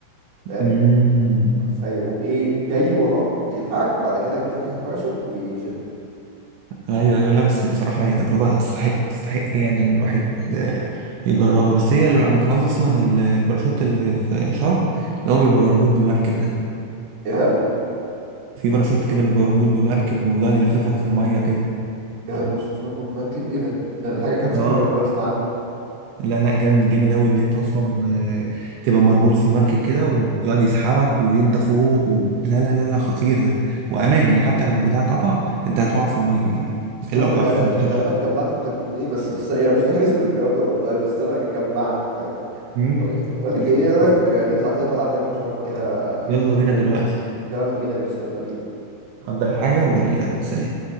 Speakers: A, on the right; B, on the right.
A: فاهم
B: أمم.
A: فيقوم ايه جاي وراك يلحقك وبعد كده يقوم فاتح الباراشوت ويشد
B: أيوه أيوه لا بس بصراحة هي تجربة تستحق تستحق يعني إن الواحد آه، يجربها بس هي اللي أنا كان قصدي أصلا الباراشوت اللي في شرم اللي هو بيبقى مربوط بمركب ده
A: ايه ده
B: في باراشوت كده بيبقى مربوط بمركب وقاعد يلففك في المية كده
A: ايه ده باراشوت مربوط بمركب ايه ده ده, ده حاجه جامده
B: اه
A: قوي اول مره اسمع عنها
B: لا لا جامد جامد أوي إن أنت أصلا آه، تبقى مربوط في مركب كده وقاعد يسحبك وأنت فوق و... لا لا لا لا خطير ده وأمان يعني حتى لو البتاع اتقطع أنت هتقع في المية يعني
A: استنى
B: إلا لو ما
A: انا
B: بتعرفش
A: غال-
B: تعوم طبعا
A: أنا غالبا جمعت انت بتقول ايه بس بس انا أنا مش فاكر اسم الرياضه والله بس انا جمعت فاهم
B: مم.
A: والله بقول
B: بس-
A: لك ايه إيه رايك
B: بس.
A: نطلع كده طلعه حلوه لشرم كده
B: يلا بينا
A: فاهم
B: دلوقتي
A: يلا بينا يا باشا يلا بينا
B: حضر حاجة وقول لي يلا سلام